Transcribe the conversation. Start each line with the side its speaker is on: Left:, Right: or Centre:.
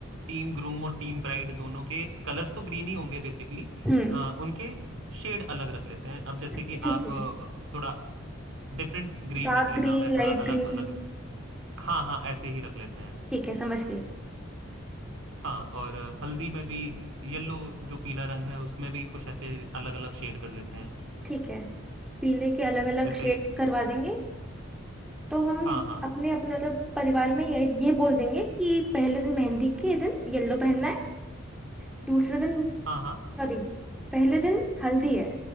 Right: टीम ग्रूम और टीम ब्राइड दोनों के कलर्स तो ग्रीन ही होंगे बेसिकली
Centre: हम्म
Right: उनके शेड अलग रख लेते हैं अब जैसे
Centre: ठीक
Right: कि आप
Centre: है
Right: अ, थोड़ा डिफरेंट ग्रीन
Centre: Dark
Right: रख लेना
Centre: green
Right: मैं थोड़ा
Centre: light
Right: अलग
Centre: green
Right: अलग हाँ हाँ ऐसे ही रख लेते हैं
Centre: ठीक है समझ गई
Right: हाँ और हल्दी में भी येलो जो पीला रंग है उसमें भी कुछ ऐसे अलग अलग शेड कर लेते हैं
Centre: ठीक है पीले के अलग अलग
Right: जैसे
Centre: शेड करवा देंगे तो हम
Right: हाँ हाँ
Centre: अपने अपने मतलब परिवार में ये ये बोल देंगे कि पहले दिन मेहंदी के दिन येलो पहनना है दूसरे दिन
Right: हाँ हाँ
Centre: सॉरी पहले दिन हल्दी है